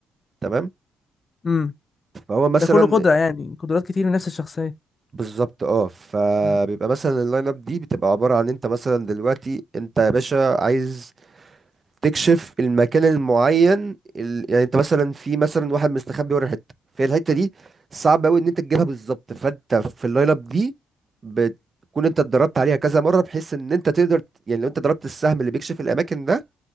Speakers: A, on the right (about 35°); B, on the left (about 35°).
A: تمام
B: امم
A: فهو مثلا
B: ده كله قدرة يعني قدرات كتير من نفس الشخصية
A: بالظبط اه فبيبقى
B: مم.
A: مثلا اللاين اب دي بتبقى عباره عن انت مثلا دلوقتي انت يا باشا عايز تكشف المكان المعين ال... يعني انت مثلا في مثلا واحد مستخبي ورا حته في الحته دي صعب قوي ان انت تجيبها بالظبط فانت في اللايل اب دي بتكون انت اتدربت عليها كذا مره بحيث ان انت تقدر يعني لو انت ضربت السهم اللي بيكشف الاماكن ده